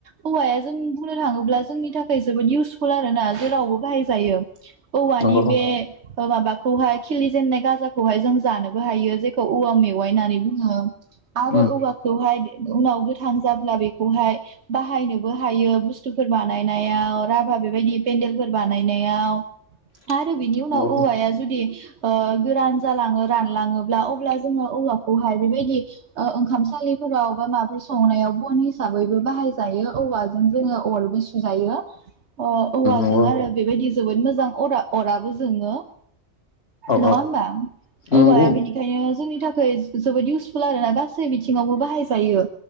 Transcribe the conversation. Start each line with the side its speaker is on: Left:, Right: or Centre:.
Right: हौवाया जों बुंनो थाङोब्ला जोंनि थाखाय जोबोद इउसफुल आरो ना जे रावबो बाहायजायो औवानि
Left: नंगौ
Right: बे ओ माबाखौहाय खिलि जेननाय गाजाखौहाय जों जानोबो हायो जेखौ औवा मेवाइ होननानै बुङो आरो
Left: नंगौ
Right: औवाखौहाय उनाव गोथ थांजाब्ला बेखौहाय बाहायनोबो हायो बुस्थुफोर बानायनायाव राभा बेबायदि हेनदेलफोर बानायनायाव
Left: <inaudible>
Right: आरो बिनि उनाव
Left: नंगौ
Right: औवाया जुदि ओ गोरान जालाङो रानलाङोब्ला अब्ला जोङो औवाखौहाय बेबायदि ओ ओंखामसालि फोराव मा <unintelligible> संनायाव बन हिसाबैबो बाहायजायो औवाजों जोङो अरबो सुजायो अ औवाजों
Left: नंगौ
Right: आरो बेबायदि जोबोद मोजां अरा अराबो जोङो
Left: औ
Right: नङा
Left: औ
Right: होमबा औवाया
Left: नंगौ
Right: बेनिखायनो जोंनि थाखाय जोबोद इउसफुल आरोना गासै बिथिङावबो बाहायजायो